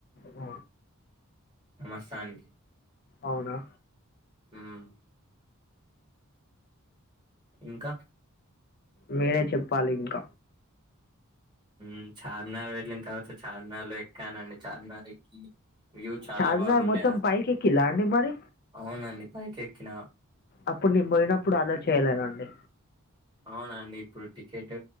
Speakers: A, on the left; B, on the right.
A: ఆ
B: సంవత్సరానికి
A: అవునా
B: మ్ ఇంకా
A: మీరే చెప్పాలింక
B: మ్ చార్మినార్ వెళ్ళిన్ తర్వాత చార్మినార్లో ఎక్కానండి చార్మినార్ ఎక్కీ వ్యూ చాలా
A: చార్మినార్
B: బాగుండెన
A: మొత్తం పైకి ఎక్కిల్లా అండి మరి
B: అవునండి పైకెక్కిన
A: అప్పుడ్ నేన్ పోయినప్పుడ్ అల్లో చేయలేదండి.
B: అవునండి ఇప్పుడు టికెట్